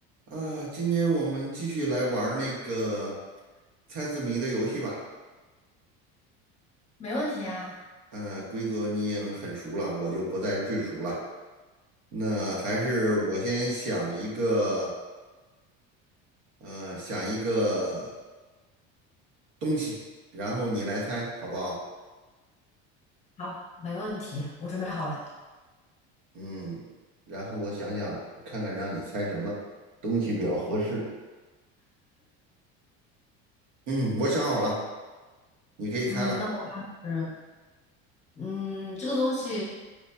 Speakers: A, on the right (about 75°); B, on the left (about 20°).
A: 啊，今天我们继续来玩儿那个猜字谜的游戏吧。
B: 没问题啊。
A: 呃，规则你也很熟了，我就不再赘述了。那还是我先想一个，呃，想一个东西，然后你来猜，好不好？
B: 好，没问题，我准备好了。
A: 嗯，然后我想想，看看让你猜什么东西比较合适。嗯，我想好了，你可以猜了。
B: 嗯，那我是，嗯，这个东西